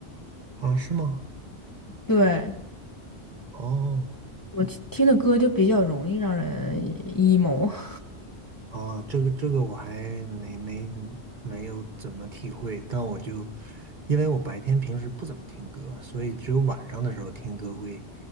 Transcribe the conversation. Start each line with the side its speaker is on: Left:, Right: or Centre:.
Right: 啊，是吗？
Left: 对。
Right: 哦。
Left: 我听听的歌就比较容易让人 emo。<laughs>
Right: 哦，这个这个我还没没没有怎么体会，但我就因为我白天平时不怎么听歌，所以只有晚上的时候听歌会